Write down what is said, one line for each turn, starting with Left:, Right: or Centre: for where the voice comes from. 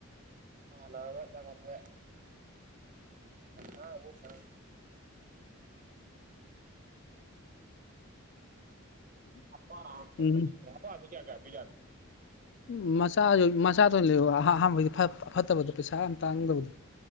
Right: ꯂ ꯖꯒꯥ ꯊꯣꯛꯦ ꯍꯥ ꯑꯃꯛ ꯁ ꯁꯃ
Left: ꯎꯝ
Right: ꯄꯥꯏ ꯑꯗ ꯀꯒꯄꯤ ꯌꯥ
Left: ꯎ ꯃꯆꯥꯁꯨ ꯃꯆꯥꯗ ꯂꯩ ꯑꯍꯥꯟꯕꯩꯗꯤ ꯐꯠꯇꯕꯗꯣ ꯄꯩꯁꯥ ꯌꯥꯝ ꯇꯥꯡꯗꯕꯗ